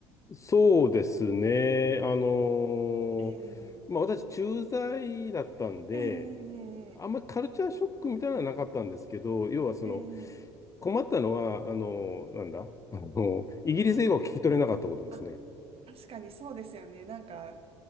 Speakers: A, on the left; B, on the right.
A: そうですね。あの
B: えー、
A: ーまあ私、駐在だったんで、
B: えー、え
A: あんまりカルチャーショックみたいなのはなかったんですけど、要はその、
B: ー、えー
A: 困ったのは、あのーなんだ、あのーイギリス英語を聞き取れなかったことですね。
B: うんあ、確かにそうですよね。なんか、